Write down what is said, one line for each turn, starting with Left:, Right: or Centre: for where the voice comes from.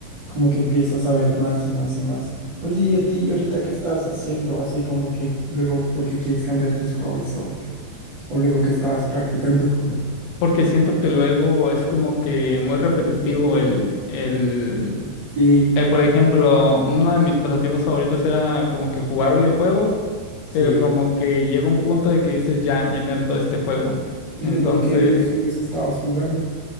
Right: como que empiezas a ver más y más y más. Oye, ¿y a ti ahorita qué estás haciendo? Así como que luego, ¿por qué quieres cambiar tus hobbies o, o luego qué estabas practicando?
Left: Porque siento que luego es como que muy repetitivo
Right: Repetitivo.
Left: el, el,
Right: Sí,
Left: Eh, por ejemplo, uno de mis pasatiempos favoritos era como que jugar videojuegos,
Right: sí.
Left: pero como que llega un punto de que dices, ya, ya me hartó este juego.
Right: Y
Left: Entonces,
Right: luego, ¿qué videojuegos estabas jugando?